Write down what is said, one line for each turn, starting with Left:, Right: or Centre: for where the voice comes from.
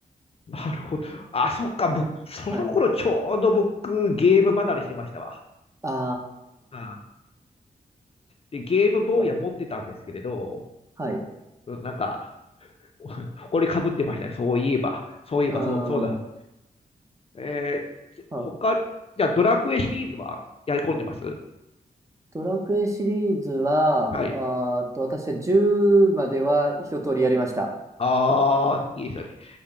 Left: なるほど。あ、そっか、僕、その頃ちょうど僕、
Right: はい。
Left: ゲーム離れしてましたわ。
Right: あ
Left: うんで、ゲームボーイは持ってたんですけれど、
Right: ー、あ、はい。
Left: うんなんか、埃かぶってましたね。そういえば、そういえば、
Right: うー
Left: そう、そうだ。
Right: ん。
Left: えー、ち他、
Right: は
Left: じゃあドラクエシリーズはやり込んでます
Right: ドラクエシリーズは、
Left: はい。
Right: あーっと、私は10までは一通りやりました。
Left: ああ、いいですよね。